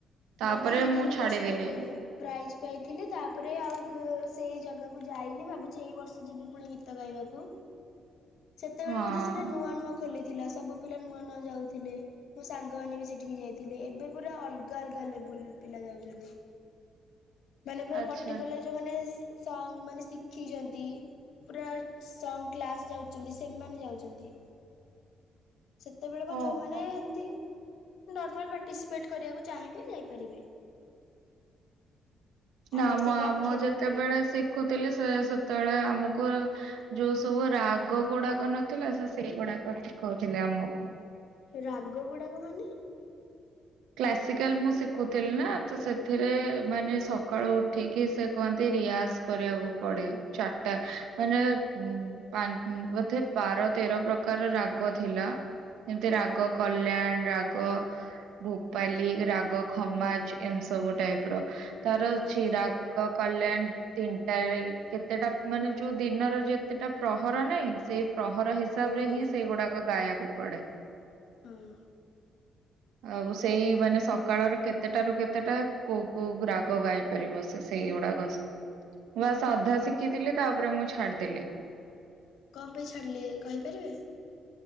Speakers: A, on the right; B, on the left.
A: ତାପରେ
B: ମୁଁ ତ ଦି ତିନି
A: ଛାଡିଦେଲି
B: ବର୍ଷ ତଳେ ପ୍ରାଇଜ୍ ପାଇଥିଲି। ତାପରେ ଆଉ <unintelligible> ସେଇ ଜାଗାକୁ ଯାଇନି ଭାବୁଛି ଏଇ ବର୍ଷ ଯିବି ପୁଣି ଗୀ ଗୀତ ଗାଇବାକୁ ସେତେବେଳେ
A: ହଁ।
B: ବୋଧେ ସେଟା ନୂଆ ନୂଆ ଖୋଲିଥିଲା ସବୁ ପିଲା ନୂଆ ନୂଆ ଯାଉଥିଲେ। ମୋ ସାଙ୍ଗମାନେ ବି ସେଠିକି ଯାଇଥିଲେ ଏବେ ପୁରା ଅଲଗା ଲଗ <unintelligible> ଲେବୁଲ୍ ପିଲା ଯାଉଛନ୍ତି ମାନେ ପୁରା
A: ଆଚ୍ଛା।
B: ପଟିକୁଲାର ଯୋଉମାନେ ସଙ୍ଗ ମାନେ ଶିଖିଛନ୍ତି। ପୁରା ସଙ୍ଗ କ୍ଲାସ ଯାଉଛନ୍ତି ସେମାନେ ଯାଉଛନ୍ତି। ସେତେବେଳେ କଣ
A: ଓହୋ
B: ଯୋଉମାନେ ଏମତି ନର୍ମାଲ ପାଟି ଏସପେଟ୍ <unintelligible> କରିବାକୁ ଚାହିଁବେ ଯାଇପାରିବେ।
A: ନା
B: ଆମର
A: <unintelligible>
B: ସେଇ
A: ମୁଁ ଆମ
B: ପାଖରେ
A: ଯେତେବେଳେ
B: ବି
A: ଶିଖୁଥିଲି ସେ ସେତେବେଳେ ଆମକୁ ଯୋଉ ସବୁ ରାଗ ଗୁଡ଼ାକ ନଥିଲା ସେ ସେଇଗୁଡ଼ାକ ଦେଖଉଥିଲେ <inaudible> ଆମକୁ
B: ରାଗ ଗୁଡ଼ାକ ମାନେ
A: କ୍ଲାସିକାଲ୍ ମୁଁ ଶିଖୁଥିଲି ନା ତ ସେଥିରେ ମାନେ ସକାଳୁ ଉଠିକି ସେ କୁହନ୍ତି ରିଆଜ୍ କରିବାକୁ ପଡେ। ଚାରିଟା ମାନେ <unintelligible> ବୋଧେ ବାର ତେର ପ୍ରକାର ରାଗ ଥିଲା। ଯେମିତି ରାଗ କଲ୍ୟାଣ ରାଗ। ଭୋପାଲି ରାଗ, ଖମାଜ୍ ଏନ ସବୁ ଟାଇପ୍ ର ତାର ଅଛି
B: ଓହୋ
A: ରା ଗ କଲ୍ୟାଣ ତିନିଟାରେ <inaudible> କେତେଟା ମାନେ ଯୋଉ ଦିନର ଯେତେଟା ପ୍ରହର ନାହିଁ ସେଇ ପ୍ରହର ହିସାବ ହିସାବ
B: ଓହୋ
A: ରେ ହିଁ ସେଇଗୁଡ଼ାକ ଗାଇବାକୁ ପଡ଼େ।
B: ହଁ
A: ଆଉ ସେଇ ମାନେ ସକାଳର କେତେଟାରୁୁ କେତେଟା କୋଉ କୋଉ ରାଗ ଗାଇ ପାରିବ ସେ ସେଇଗୁଡାକ
B: ହ <inaudible>
A: ବା ସାଧା <unintelligible> ଶିଖିଥିଲି ତାପରେ ମୁଁ ଛାଡ଼ିଦେଲି।
B: କମ୍? ପାଇଁ ଛାଡ଼ିଲେ କହିପାରିବେ?